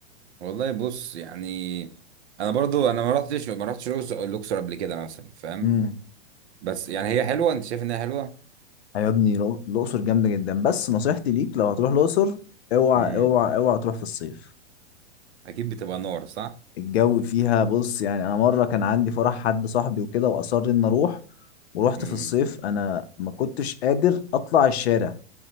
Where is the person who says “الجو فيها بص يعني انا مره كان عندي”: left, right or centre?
Left